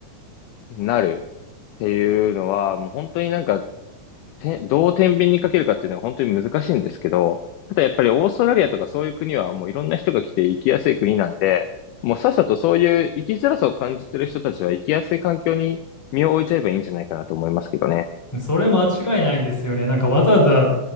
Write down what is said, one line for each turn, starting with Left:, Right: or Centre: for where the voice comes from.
Left: なるっていうのは、もう本当になんか、てどう天秤にかけるかっていうのは本当に難しいんですけど、ただやっぱりオーストラリアとかそういう国はもういろんな人が来て生きやすい国なんで、もうさっさとそういう生きづらさを感じてる人たちは生きやすい環境に身を置いちゃえばいいんじゃないかなと思いますけどね。
Centre: それ間違いないですよね。なんかわざわざ、